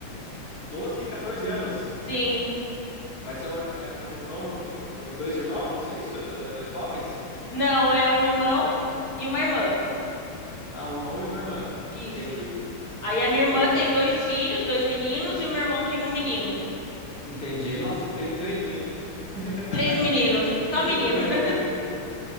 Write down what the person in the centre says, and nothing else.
12 e 14 anos.
Mas são irm- é é um irmão, e um- e um- dois irmãos? É isso? É do- é Dois homens?
Ah, um irmão e uma irmã.
Entendi.
E
Entendi. Nossa, tem três meninos. <laughs>
Meu
Deus.